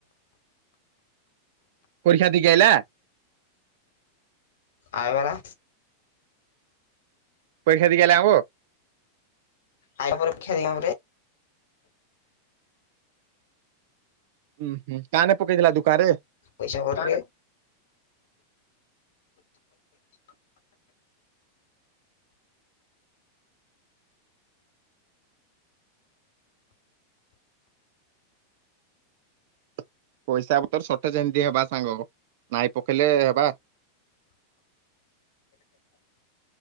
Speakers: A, on the right; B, on the left.
A: ପରୀକ୍ଷା ଦେଇକି ଆଇଲା?
B: ଆଇଗଲା
A: ପରୀକ୍ଷା ଦେଇକି ଆଇଲା ଆବ?
B: <unintelligible>
A: <unintelligible>
B: ପଇସା ପଠାବେ?
A: <unintelligible>